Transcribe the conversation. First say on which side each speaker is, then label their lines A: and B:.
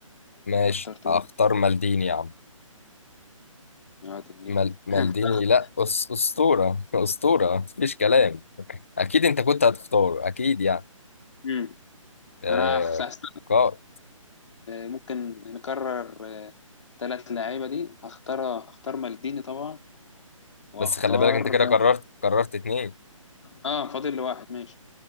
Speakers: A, on the left; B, on the left.
A: ماشي
B: انت اخترت
A: هختار مالديني يا عم
B: وادي النيل
A: مال مالديني
B: <laughs>
A: لا أس أسطورة <laughs> أسطورة مفيش كلام أكيد أنت كنت هتختار أكيد يعني
B: أمم.
A: آه،
B: انا خصبت
A: قائد
B: ممكن نكرر ثلاث لعيبه دي هختار هختار مالديني طبعا وهختار
A: بس خلي بالك أنت كده قررت قررت اتنين
B: اه فاضل لي واحد ماشي